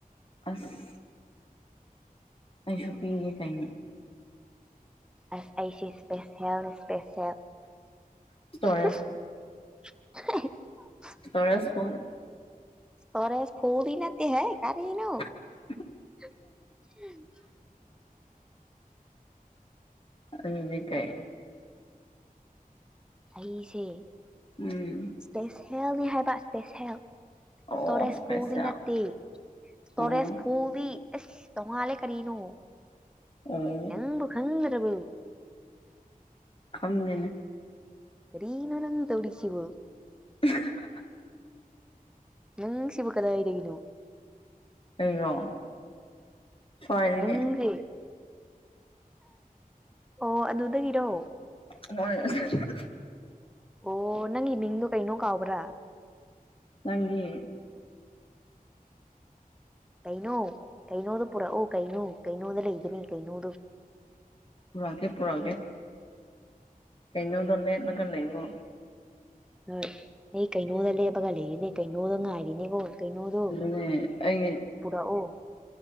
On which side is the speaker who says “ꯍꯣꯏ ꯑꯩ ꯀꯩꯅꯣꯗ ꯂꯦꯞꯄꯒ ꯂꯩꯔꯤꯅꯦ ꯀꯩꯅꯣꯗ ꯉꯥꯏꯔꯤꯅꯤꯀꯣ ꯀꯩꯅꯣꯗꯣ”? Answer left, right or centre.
Centre